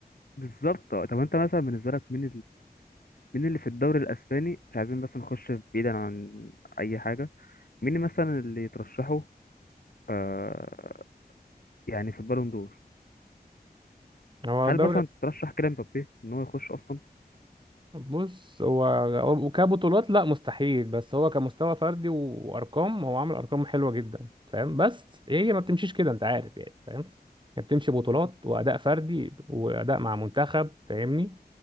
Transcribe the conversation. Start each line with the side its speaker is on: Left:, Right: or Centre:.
Left: بالظبط طب انت مثلا بالنسبة لك مين مين اللي في الدوري الاسباني مش عايزين بس نخش بعيدا عن اي حاجه مين مثلا اللي ترشحه آه يعني في البالون دور
Right: هو
Left: هل
Right: الدوري
Left: مثلا ترشح كيليان مبابي ان هو يخش اصلا
Right: بص هو هو كبطولات لا مستحيل بس هو كمستوى فردي وارقام هو عامل ارقام حلوه جدا فاهم بس هي ما بتمشيش كده انت عارف يعني فاهم هي بتمشي بطولات واداء فردي واداء مع منتخب فاهمني